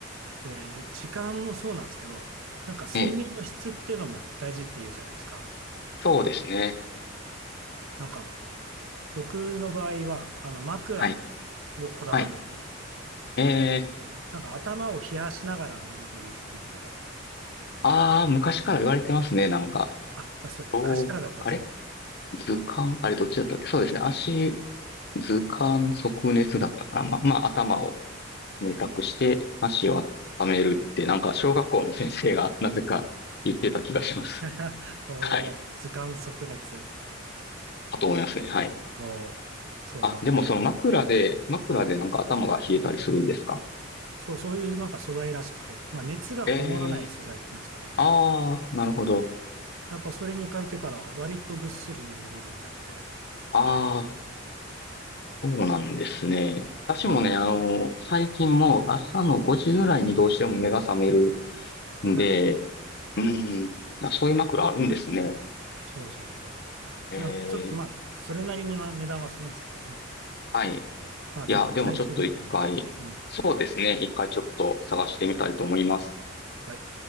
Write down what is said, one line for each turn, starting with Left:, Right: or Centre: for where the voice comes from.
Right: で、時間もそうなんですけど、なんか睡眠の質っていうのも大事って言うじゃないですか。
Left: え、そうですね。
Right: なんか僕の場合は、あの枕
Left: はい。
Right: をこだわってて、
Left: はい。えー、
Right: なんか頭を冷やしながら寝るといいっていうので、
Left: ああ、昔から言われてますね。なんか。
Right: あ、あそれ昔からだったんですね。
Left: そう、あれ図鑑、あれどっちだったっけそうですね。足、図鑑即熱だったから、まあ、まあ、頭を
Right: うん。
Left: 冷たくして、足を温めるって、
Right: あったあっ
Left: なんか、小学校の先生が <laughs> なぜか言ってた気がします。
Right: た <laughs>
Left: <laughs>
Right: おー、
Left: はい。
Right: 図鑑即熱。
Left: だと思いますね。はい。
Right: もう、そうそう。
Left: あ、でもその枕で、
Right: で、
Left: 枕でなんか頭が冷えたりするんですか
Right: はい。そう、そういうなんか素材らしくて、まあ熱がこもらない素材っていうんですかね。
Left: ええああー、なるほど。
Right: やっぱそれに変えてから割とぐっすり眠れるようになって、
Left: ああ、そうなんですね。私もね、
Right: うん。
Left: あの、最近もう朝の5時ぐらいにどうしても目が覚めるんで、
Right: はい。
Left: うん。あ、そういう枕あるんですね。
Right: そうそうそ
Left: え
Right: う。なちょっとまあ、
Left: え、
Right: それなりには値段はするんですけどね。
Left: はい。
Right: まあ、
Left: いや、
Right: ちょっと変えてみても。
Left: でもちょっと一回、
Right: うん。
Left: そうですね。一回ちょっと探してみたいと思います。
Right: はい。